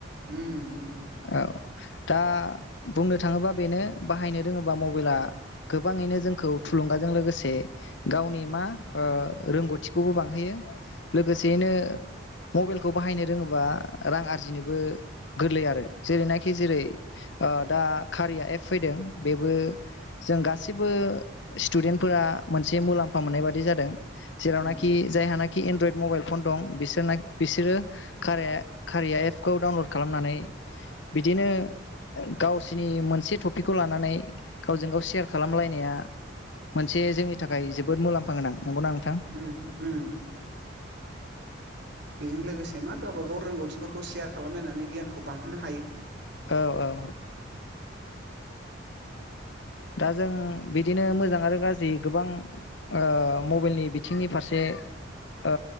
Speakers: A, on the right (about 60°); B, on the left (about 65°).
A: उम उम
B: औ दा बुंनो थांङोबा बेनो बाहायनो रोंङोबा मबाइला गोबांङैनो जोंखौ थुलुंगाजों लोगोसे गावनि मा ओ रोंगौथिखौबो बांहोयो लोगोसेयैनो मबाइलखौ बाहायनो रोंङोबा रां आरजिनोबो गोरलै आरो। जेरैनाखि जेरै ओ दा कारिया एप फैदों बेबो जों गासै जेब्बो स्टुदेन्टफोरा मोनसे मुलाम्फा मोननाय बादि जादों। जेरावनाखि
A: उम
B: जायहा नाखि एनड्रयड मबाइल फन दं बिसोरना बिसोरो खारिया एपखौ डाउनलड खालामनानै बिदिनो गावसिनि मोनसे टपिकखौ लानानै गावजों गाव सेयार खालामलायनाया मोनसे जोंनि थाखाय जोबोद मुलाम्फा गोनां नंगौना नों
A: उम उम बेजों लोगोसे मा गावबा गाव रोंगौथिफोरखौ सेयार खालामलायनानै गियानखौ बांहोनो हायो
B: औ औ दा जों बिदिनो मोजां आरो गाज्रि जि गोबां ओ मबाइलनि बिथिंनि फारसे ओ